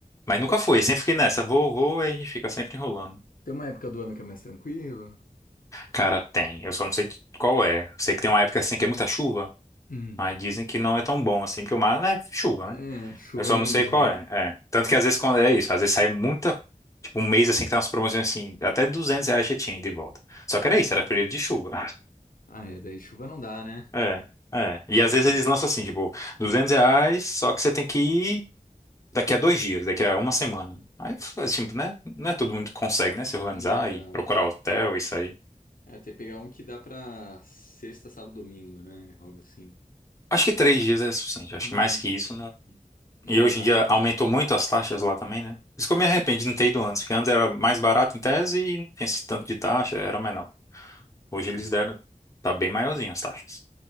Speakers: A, on the left; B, on the left.
A: Mas
B: Tem
A: nunca fui, sempre fiquei nessa. Vou, vou, e a gente fica sempre enrolando.
B: tem uma época do ano que é mais tranquilo.
A: Cara, tem. Eu só não sei qual é. Eu sei que tem uma época, assim, que é muita chuva.
B: Hum.
A: Aí dizem que não é tão bom, assim, porque o mar, né, chuva,
B: É,
A: né?
B: chuva
A: Eu só
B: não
A: não sei
B: dá,
A: qual
B: né?
A: é. É. Tanto que às vezes quando é isso, às vezes sai muita... Tipo, um mês, assim, que tá umas promoções, assim, até 200 reais já tinha ida e de volta. Só que era isso, era período de chuva.
B: Ah, é, daí chuva não dá, né?
A: É, é. E às vezes
B: Mano,
A: eles lançam assim, tipo, 200 reais, só que você tem que ir daqui a dois dias, daqui a uma semana. Aí, assim, né? Não é todo mundo que consegue, né? Se organizar
B: Não dá.
A: e procurar hotel, isso aí.
B: É, tem que pegar um que dá pra sexta, sábado, domingo, né? Algo assim.
A: Acho que três dias é suficiente. Acho
B: Hum,
A: que mais que isso não.
B: não
A: E hoje
B: dá.
A: em dia aumentou muito as taxas lá também, né? Por isso que eu me arrependo de não ter ido antes, porque antes era mais barato em tese e não tinha esse tanto de taxa, era menor. Hoje
B: Ah,
A: eles
B: é,
A: deram. Tá bem maiorzinho as taxas.